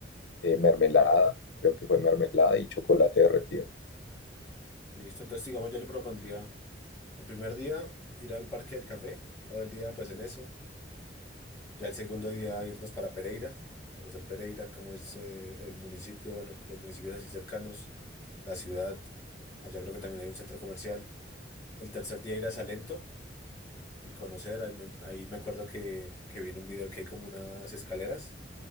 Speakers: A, on the left; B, on the left.
A: eh, mermelada, creo que fue mermelada y chocolate derretido.
B: listo. Entonces, digamos, yo le propondría el primer día ir al Parque del Café, todo el día pues en eso. Ya el segundo día irnos para Pereira, conocer Pereira, cómo es eh, el municipio, bueno, los municipios así cercanos, la ciudad, allá creo que también hay un centro comercial. El tercer día ir a Salento y conocer, ahí me, ahí me acuerdo que, que vi en un video que hay como unas escaleras